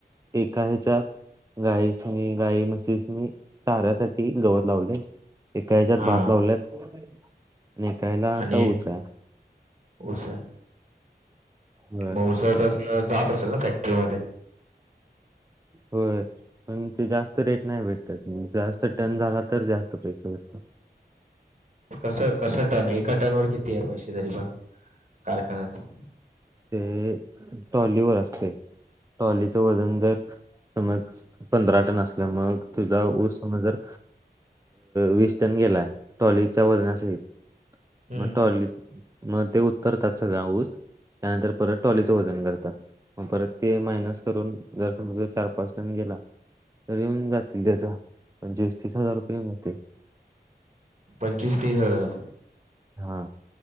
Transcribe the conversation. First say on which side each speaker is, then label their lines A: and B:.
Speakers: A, on the right (about 20°); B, on the right (about 45°).
A: एका ह्याच्यात गाईची गाई म्हशीनी चाऱ्यासाठी गवत लावले. एकाह्याच्यात
B: हा
A: भात लावलेत आणि एका यला आता
B: आणि
A: उस आहे.
B: ऊस आहे.
A: होय
B: म ऊस तस जात असेल ना फॅक्टरीमध्ये?
A: होय पण ते जास्त रेट नाही भेटत जास्त टन झाला तर जास्त पैसे होते.
B: कस, कस टन? एका टन वर किती आहे पैसे, तरी पण कारखान्यात?
A: अं टॉलीवर असते. टॉलीच वजन जर समज पंधरा टन असलं मग, तुझा ऊस समज जर वीस टन गेलाय, ट्रॉलीच्या वजना सहित.
B: हम्म
A: मग टॉली मग ते उत्तरतात सगळ्या ऊस. त्यानंतर परत टॉलीचं वजन करतात. मग परत ते मायनस करून, जर समजा चार पाच टन गेला तर येऊन जातील त्याचा, पंचवीस तीस हजार रुपये येऊन जातील.
B: पंचवीस तीस हजार.
A: हा.